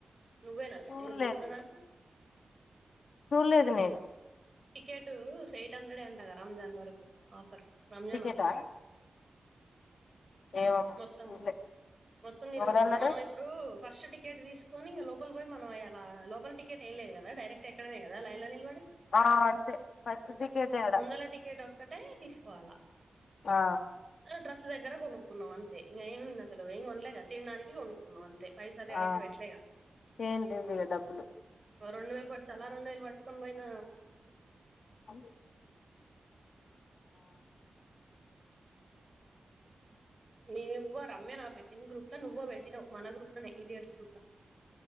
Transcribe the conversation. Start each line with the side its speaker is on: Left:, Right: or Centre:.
Right: నువ్వే నా పెట్టింది
Left: చూడలేదు
Right: గ్రూప్ లో నాకు
Left: చూడలేదు నేను
Right: టికెట్ ఎయిట్ హండ్రెడ్ అంటగా రంజాన్ వరకు ఆఫర్ రంజాన్
Left: టికెటా
Right: ఆఫర్
Left: ఏమో మరి
Right: మొత్తం
Left: చూడలే
Right: మొత్తం తిరిగి
Left: ఎవరన్నారు
Right: వచ్చాను మనం ఇప్పుడు ఫస్ట్ టి టికెట్ తీసుకొని ఇంగ లోపల్ పోయి మనం అలా లోపల టికెట్ ఏం లేదు కదా డైరక్ట్ ఎక్కడమే కదా లైన్లో నిలబడి
Left: ఆ అంతే ఫస్ట్ టికెట్ ఆడ
Right: ముందల టికెట్ ఒక్కటే తీసుకోవాలా
Left: ఆ
Right: ఆ! డ్రెస్ దగ్గర కొనుక్కున్నాం అంతే ఇంగ ఏమింది అసలు ఏం కొనలేక తినడానికి కొనుక్కున్నాం అంతే పైసలు ఏడైతే
Left: ఆ
Right: పెట్లేగా
Left: ఏం లేవు ఇగ డబ్బులు
Right: ఓ రెండు వేలు పట్ తలా రెండు వేలు పటుకొని పోయిన
Left: ఆ
Right: నువ్వో రమ్య నా పెట్టిన గ్రూప్లో నువ్వో పెట్టినావు మన గ్రూప్లోనే ఈడియట్స్ గ్రూప్లా